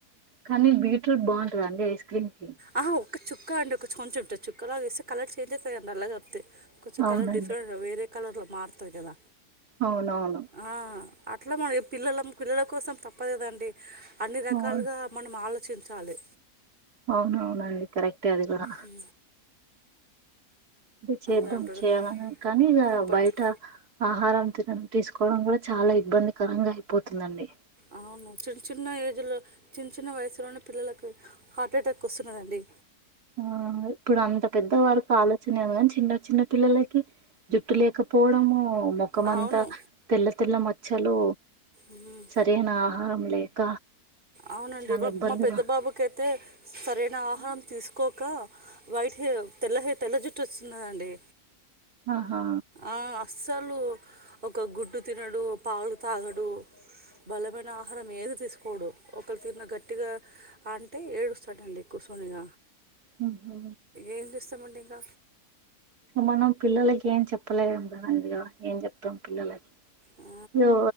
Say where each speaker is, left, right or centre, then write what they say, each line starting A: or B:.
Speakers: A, on the right (about 85°); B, on the right (about 35°).
A: కానీ బీట్రూట్ బాగుంటాది అండి ఐస్ క్రీమ్ కి
B: ఆహా ఒక్క చుక్క అండి కొంచెం టచుక్కాలా వేస్తే కలర్ చేంజ్ అయితది అండి అలా నల్లగా అయితే కొంచెం
A: అవునండి
B: కలర్ డిఫరెంట్ వేరే కలర్లో మారుతాది కదా
A: అవునవును
B: ఆ అట్లా మనం పిల్లలం పిల్లల కోసం తప్పదు కదండి అన్ని రకాలుగా
A: అవును
B: మనం ఆలోచించాలి
A: అవునవును అండి కరెక్టే అది కూడా
B: ఉ
A: చేద్దాం
B: దాంట్లో
A: చేయాలని కానీ ఇగ
B: తప్పట్లా
A: బయట ఆహారం తిన తీసుకోవడం కూడా చాలా ఇబ్బందికరంగా అయిపోతుందండి
B: అవును చిన్న చిన్న ఏజ్లో చిన్న చిన్న వయసులోనే పిల్లలకు హార్ట్ అటాక్ వస్తున్నది అండి
A: ఆ ఇప్పుడు అంత పెద్ద వారికి ఆలోచన ఎమో కాని చిన్న చిన్న పిల్లలకి జుట్టు లేకపోవడము మొ మొఖమంత
B: అవును
A: తెల్ల తెల్ల మచ్చలు
B: ఉమ్.
A: సరైన ఆహారం లేక
B: అవునండి
A: చాలా
B: మా
A: ఇబ్బందిగా
B: మా పెద్ద బాబుకైతే సరైన ఆహారం తీసుకోక వైట్ హెర్ తెల్ల హర్ తెల్ల జుట్టు వస్తున్నది అండి
A: ఆహా
B: ఆ అస్సలు ఒక గుడ్డు తినడు ఓ పాలు తాగడు బలమైన ఆహారం ఏది తీసుకు కోడు ఒకరు తిను అని గట్టిగా అంటే ఏడుస్తాడండి కూర్చొని ఇగ
A: ఊహు
B: ఏం చేస్తామండి ఇంగ
A: మనం పిల్లలకి ఏం చెప్పలేము కదండి ఏం చెప్తాం పిల్లలకి
B: ఆ,
A: యో